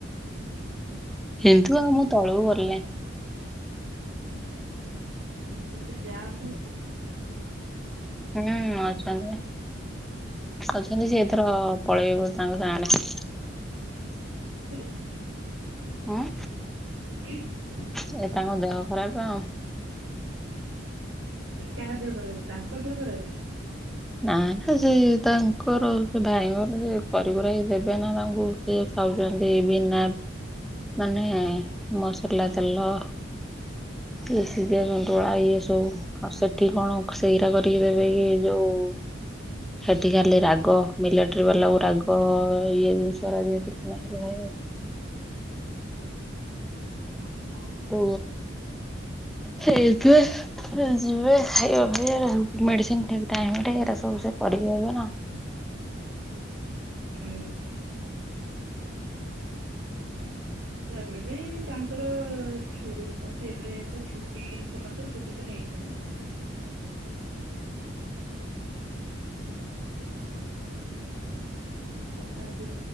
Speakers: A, in the centre; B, on the right.
A: କିନ୍ତୁ ଆଉ ମୁଁ ତଳୁ ଗଲନେଇ।
B: ଦି ତିନିଟା ଯା ଅଛନ୍ତି। ନା
A: ହୁଁ ଅଛନ୍ତି‌ ଅଛନ୍ତି ସିଏ ଏଥର ପଳେଇ ବୋ ତାଙ୍କ ଗାଁ ଆଡ଼େ।
B: କିଏ?
A: ହଁ।
B: କିଏ?
A: ସିଏ ତାଙ୍କ ଦେହ ଖରାପ।
B: ଏ କାହା ଦେହ ଖରାପେ, ତାଙ୍କ ଦେହ ଖରାପେ?
A: ନା ନା, ସେ ତାଙ୍କର ସେ ଭାଇଙ୍କର ସେ କରି କୁରାକି ଦେବେ ନା ତାଙ୍କୁ। ସେ ଖାଉଚନ୍ତି ବିନା ମାନେ, ମସଲା ତେଲ କି ସିଜା ସନ୍ତୁଳା ଏ ସବୁ ଆଉ ସେଠି କଣ ସେଇରା କରିକି ଦେବେ କି ଏଇ ଯୋଉ
B: <inaudible>
A: ସେଠି ଖାଲି ରାଗ, ମିଲେଟରି ବାଲାକୁ ରାଗ, ଇଏ ଜିନିଷ ରା ଦିଅନ୍ତି ଖାଇବାକୁ।
B: ହଁ ହଁ।
A: ଓ ହେଇଥିବେ। ଯିବେ, ଖାଇବା ପିଇବା, ମେଡିସିନି ଠିକି ଟାଇମ୍ ରେ, ଏରା ସବୁ ସେ କରିପାରିବେ ନା?
B: <unintelligible> ହୁଁ। ତାପରେ ବି ତାଙ୍କର ଛୁୁଏ ନାହାନ୍ତି ଏବେ, ତ ଛୁଟି ତ ନଥେ, ଛୁଟି ତ ନେଇଚନ୍ତି। ଯାହା ସେ,